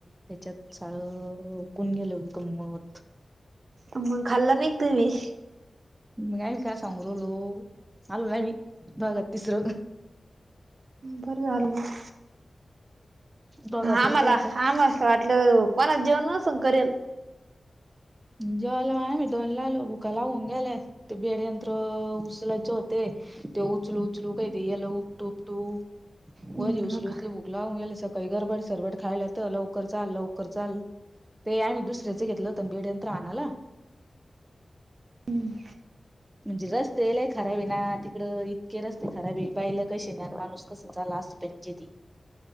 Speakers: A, on the right; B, on the right.
A: त्याच्यात सार कूण गेलं, गंमत.
B: मग खाल्ला नई कां तुम्ही?
A: मगं आमी काय सांगु रालो, आलो ना आम्ही दोघात तिसरं.
B: बर झाल मग,
A: बघा पुरत
B: आम्हाला
A: आता
B: आम अस वाट ल कोना जेवन नस करेल.
A: जेवाला आम्ही दोनला आलो, भुका लागुन गेल्या ते बेड यंत्र उचलायचे होते. ते उचलू-उचलू, काय ते याला उपटू-उपटू,
B: हो
A: वजे उचलू
B: का
A: - उचलू भूक लागुन गेली, सकाळी गरबड सरबट खायला तर लवकर चाल, लवकर चाल. ते आम्ही दुसऱ्याच घेतलं होतं न बेड यंत्र आणाला
B: हम्म.
A: म्हणजे रस्तेई लय खराबे ना तिकडं इतके रस्ते खराबे बैलं कशी न्यान माणूस कसं चाला अस त्यांची ती.